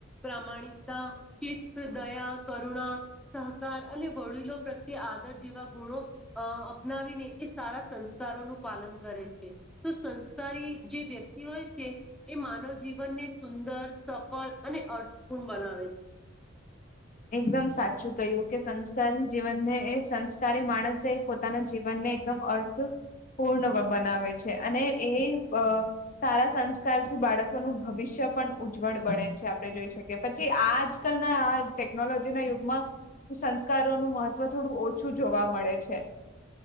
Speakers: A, in the centre; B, on the left.
A: પ્રામાણિકતા શિસ્ત દયા કરુણા સહ કાર અને વડીલો પ્રત્યે આદર જેવા ગુણો અ અપનાવીને એ સારા સંસ્કારોનું પાલન કરે છે તો શસ સારી જે વ્યક્તિ હોય છે એ માનવ જીવનને સુંદર સફળ અને અર્થપૂર્ણ બનાવે છે
B: એકદમ સાચી શું કહ્યું કે સંસ્કારની જીવનને એ સંસ્કારી માણસે પોતાના જીવનને એકદમ અર્થ પૂર્ણ બનાવે છે અને એ સારા સંસ્કારથી બાળકોનું ભવિષ્ય પણ ઉજ્જવળ બને છે આપણે જોઈ શકીએ પછી આજકલના આ ટેકનોલોજી ના યુગમાં સંસ્કારોનું મહત્વ થોડું ઓછું જોવા મળે છે